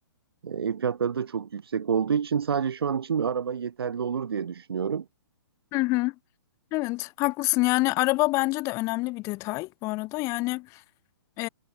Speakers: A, on the right; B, on the left.
A: E, Ev fiyatları da çok yüksek olduğu için sadece şu an için bir araba yeterli olur diye düşünüyorum.
B: hı hı. Evet, haklısın. Yani araba bence de önemli bir detay bu arada. Yani e,